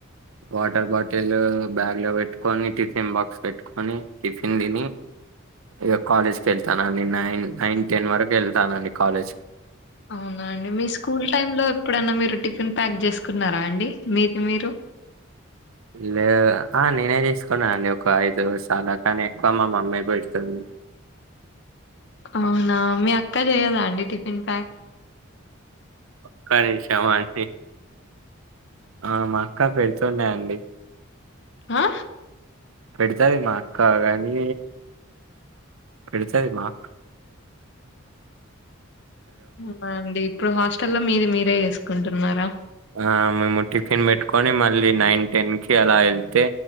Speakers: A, on the right; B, on the left.
A: వాటర్ బాటిల్ బ్యాగ్ లో పెట్టుకని టిఫిన్ బాక్స్ పెట్టుకొని టిఫిన్ తిని ఇక కాలేజ్ క వెళ్తానండి నైన్ నైన్ టెన్ వరకు వెళ్తానండి కాలేజ్ కి
B: అవునా అండి మీ స్కూల్ టైమ్ లో ఎప్పుడైనా మీరు టిఫిన్ ప్యాక్ చేసుకున్నారా అండి మీది మీరు
A: లే ఆ నేనే తీసుకున్నా అండి ఒక ఐదు సాలా కానీ ఎక్కువ మా మమ్మీ పెడుతుంది
B: అవునా మీ అక్క చేయదా అండి టిఫిన్ ప్యాక్
A: ఒక్క నిముషా అండీ అది ఆ మా అక్క పెడుతుండాయండి
B: ఆ
A: పెడతది మా అక్క గాని పెడుతది మాక్
B: అవునా అండి ఇప్పుడు హాస్టల్ లో మీది మీరే చేసుకుంటున్నారా
A: ఆ మేము టిఫిన్ పెట్టుకొని మళ్ళీ నైన్ టెన్ కి అలా వెళ్తే